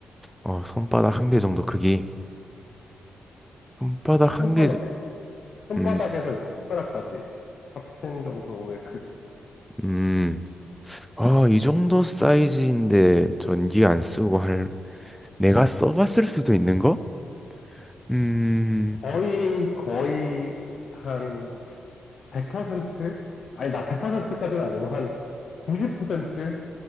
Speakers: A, in the centre; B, on the left (about 60°).
A: 어, 손바닥 한 개 정도 크기. 손바닥
B: 손
A: 한 개,
B: 하나에
A: 저-
B: 손바닥에서
A: 음,
B: 이제 손가락까지 합친 정도의 크기
A: 음. 아, 이 정도 사이즈인데 전기 안 쓰고 할, 내가 써봤을 수도 있는 거? 음,
B: 거의 거의 한 100%? 아니 나 100%까지는 아니고 한 90%